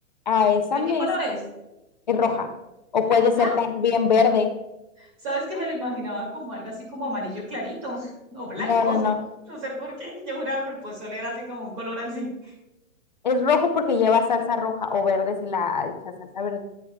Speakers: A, on the left (about 35°); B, on the right (about 20°).
A: a esa
B: ¿De
A: mezcla
B: qué color es?
A: es roja, o puede ser
B: Ah,
A: también verde.
B: Sabes que me lo imaginaba como algo así como amarillo clarito <laughs> o blanco.
A: No, no, no.
B: No sé por qué. Yo juraba que el pozole era así como un color así.
A: Es rojo porque lleva salsa roja, o verde si la echas salsa verde.